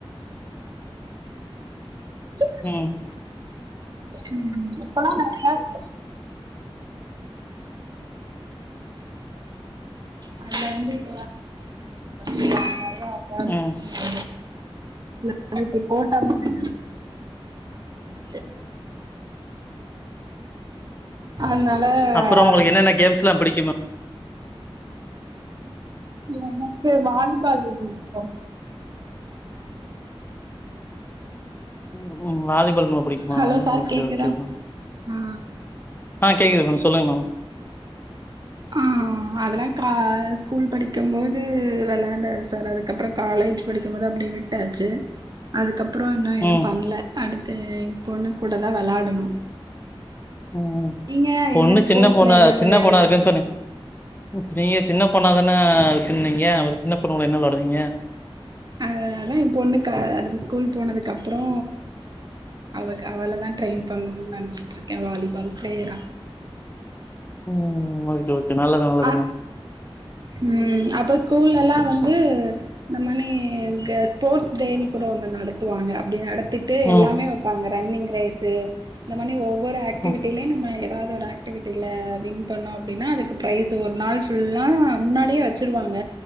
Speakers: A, on the right; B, on the left.
A: <inaudible>
B: ம்
A: ம் இப்பலா நெறையா <inaudible> <inaudible> அதுல வந்து <inaudible> நெறையா
B: ம்
A: <inaudible> அது இப்டி போட்டதான <inaudible> அதனால
B: அப்றோ உங்ளுக்கு என்னென்ன கேம்ஸ்லா பிடிக்கு மே
A: எனக்கு வாலிபால் விருப்பம்
B: ம் ம் வாலிபால் ரொம்ப புடிக்குமா
A: ஹலோ சார்
B: ஓக்கே
A: கேக்குதா
B: ஓக்கே மேம்
A: ஆ
B: ஆ கேக்குது மேம் சொல்லுங்க மேம்
A: ஆ ஆ அதெல்லா க ஸ்கூல் படிக்கும் போது வெளாண்டாது சார் அதுக்கப்றோ காலேஜ் படிக்கும்போது அப்டியே விட் ட்டாச்சு அதுகப்றோ இன்னு எதும்
B: ம்,
A: பண்ல அடுத்து எ பொண்ணு கூட தா வெளாடணு
B: ம்
A: நீங்க
B: பொண்ணு
A: என்ன ஸ்போர்ட்ஸ்ல
B: சின்ன பொண்ணா
A: என்ன
B: சின்ன
A: வெளையாடுவீங்க
B: பொண்ணா இருக்குன்னு சொனிங் நீங்க சின்னபெண்ணா தான இருக்குனீங்க அப்ப சின்னபெண்ணுக்கூட என்ன விளாடுவீங்க
A: அ அதா எ பொண்ணு க அடுத்து ஸ்கூல் போனதுக்கு அப்றோ அவ அவளதா ட்ரெயின் பண்ணுன்னு நெனச்சிட்டு இருக்கே வாலிபால் பிளேயரா
B: ம் ஓகே ஓகே நல்லது நல்லதுங்க
A: அ ம் அப்ப ஸ்கூலல்லா வந்து இந்த மானி இங்க ஸ்போர்ட்ஸ் டேன்னு கூட ஒன்னு நடத்துவாங்க அப்டி நடத்திட்டு
B: ம்,
A: எல்லாமே வப்பாங்க ரன்னிங் ரேஸு இந்த மானி ஒவ்வொரு ஆக்டிவிட்டிலேயு
B: ம்,
A: நம்ம ஏதாவது ஒரு ஆக் ஆக்டிவிட்டில வின் பண்ணோ அப்டின்னா அதுக்கு ப்ரைஸ் ஒரு நாள் ஃபுல்லா முன்னாடியே வச்சிருவாங்க